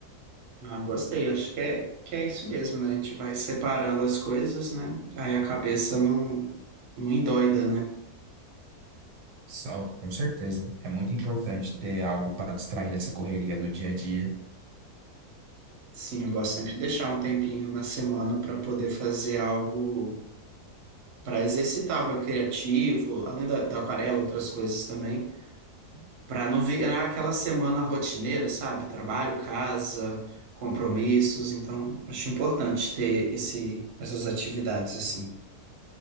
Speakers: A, on the right (about 55°); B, on the right (about 85°).
A: Ah, gostei. Acho que é, que é isso mesmo, né? A gente vai separando as coisas, né? Aí a cabeça não, não endoida, né?
B: Só, com certeza. É muito importante ter algo para distrair dessa correria do dia a dia.
A: Sim, eu gosto sempre de deixar um tempinho na semana para poder fazer algo para exercitar o meu criativo, além da, da aquarela, outras coisas também, para não virar aquela semana rotineira, sabe? Trabalho, casa, compromissos. Então, acho importante ter esse, essas atividades assim.